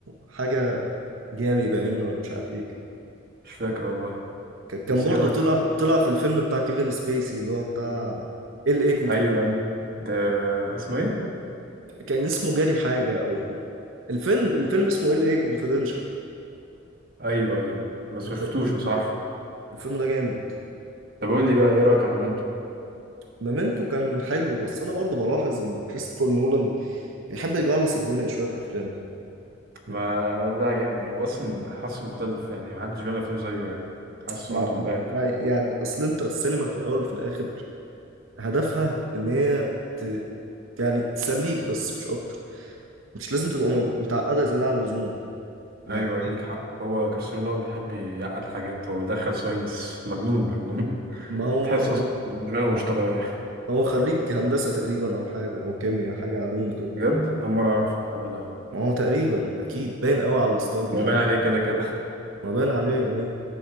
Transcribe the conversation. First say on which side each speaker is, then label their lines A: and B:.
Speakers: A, on the right; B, on the right.
A: حاجه جاري باين ولا مش عارف ايه كده
B: مش فاكر والله
A: ك- كان
B: بس
A: برضه
B: ايه رايك
A: طلع
B: فيه
A: طلع في الفيلم بتاع كيفن سبيسي اللي هو بتاع ال اي
B: ايوه ايوه ده اسمه ايه
A: كان اسمه جاري حاجة أو الفيلم الفيلم اسمه ال اي كونفيدنشال
B: ايوه ايوه بس
A: اتفرج
B: ما شفتوش بس عارفه
A: الفيلم ده جامد
B: طب قول لي بقى ايه رايك عن مومنتو
A: مومنتو كان حلو بس أنا برضو بلاحظ إن كريستوفر نولان بيحب يجعلص الدنيا شوية في أفلامه
B: ما
A: يعني
B: هو ده عاجبني هو اصلا حاسه مختلف يعني ما حدش بيعمل افلام زيه يعني حاسه
A: ما
B: عنده دماغ
A: ما
B: كده.
A: ما يعني أصل أنت السينما في الأول وفي الآخر هدفها إن هي ت... يعني تسليك بس مش أكتر مش لازم تبقى م- متعقدة زيادة عن اللزوم
B: ايوه
A: يعني
B: ايوه ليك حق هو كريستيانو رونالدو بيحب يعقد حاجات هو بيدخل ساينس مجنون مجنون
A: ما
B: <laughs>
A: هو
B: تحس اصلا
A: ما
B: دماغه مش طبيعيه
A: هو خريج هندسة تقريبا أو حاجة أو كيمياء حاجة علوم كده
B: بجد اول مره اعرف الحوار ده
A: ما هو تقريبا اكيد باين قوي على الستايل بتاعه
B: هو باين عليه كده كده
A: ما باين عليه ايه